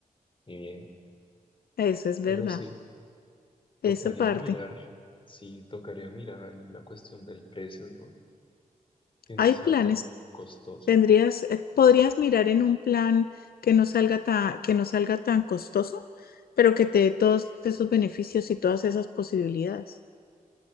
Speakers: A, on the left; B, on the left.
A: y bien.
B: eso es verdad.
A: Eso sí, tocaría
B: Esa parte.
A: mirar, sí, tocaría mirar ahí la cuestión del precio, ¿no? que no
B: Hay
A: sea
B: planes.
A: tan costoso.
B: Tendrías, eh, podrías mirar en un plan que no salga tan, que no salga tan costoso, pero que te dé todos esos beneficios y todas esas posibilidades.